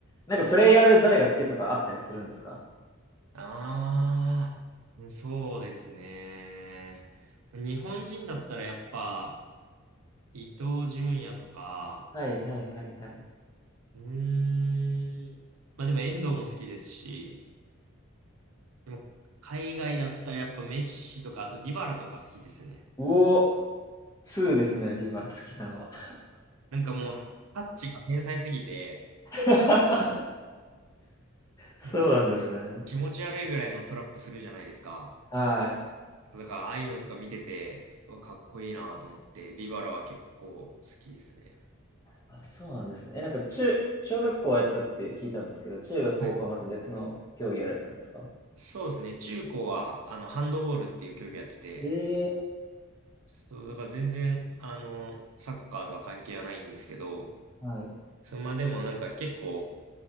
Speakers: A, on the left; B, on the right.
A: なんかプレイヤーで誰が好きとかあったりするんですか
B: ああ、そうですね。日本人だったらやっぱ、伊東純也とか、
A: はいはいはいはい。
B: うーん。まあでも遠藤も好きですし、でも海外だったらやっぱメッシとか、あとディバラとか好きですね。
A: うお、2ですね、ディバラ好きなのは。
B: なんかもうタッチが繊細すぎて、
A: <laughs> そうなんですね。
B: なんかもう気持ち悪いぐらいのトラップするじゃないですか。
A: はい。
B: だからああいうのとか見てて、うわかっこいいなと思って、ディバラは結構好きですね。
A: あ、そうなんですね。え、なんか中、小学校はやってたって聞いたんですけど、中学、高校はまた別の競技やられてたんですか
B: はいそうですね。中高は、あの、ハンドボールっていう競技やってて、
A: ええ
B: そう、だから全然、あの、サッカーとは関係はないんですけど、
A: はい。
B: そのまあでもなんか結構、